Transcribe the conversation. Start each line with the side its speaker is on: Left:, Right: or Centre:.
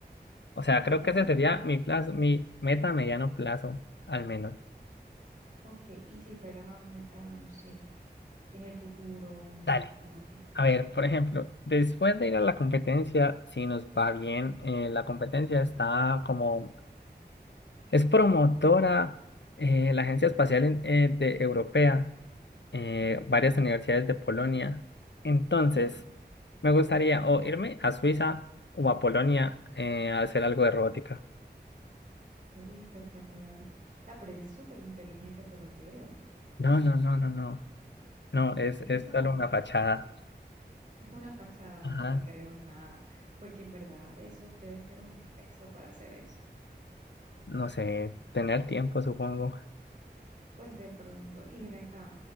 Left: O sea,
Right: Ok,
Left: creo que
Right: o
Left: ese
Right: sea,
Left: sería mi plazo, mi meta a mediano plazo, al menos.
Right: ok, y si fuera meta, no sé, en el futuro, en
Left: Dale.
Right: largo plazo.
Left: A ver, por ejemplo, después de ir a la competencia, si nos va bien, eh, la competencia está como, es promotora eh, la Agencia Espacial en- eh, de Europea, eh,
Right: Ok,
Left: varias universidades de Polonia. Entonces,
Right: ok.
Left: me gustaría o irme a Suiza o a Polonia eh, a hacer algo de robótica.
Right: Uy, espectacular. O sea, pero eres súper inteligente por lo que veo.
Left: No, no, no, no, no. No, es,
Right: No.
Left: es solo una fachada.
Right: Es una fachada,
Left: Ajá.
Right: no te creo nada, porque en verdad de eso debe ser un peso para hacer eso.
Left: No sé, tener tiempo, supongo.
Right: Pues de pronto, y ven acá,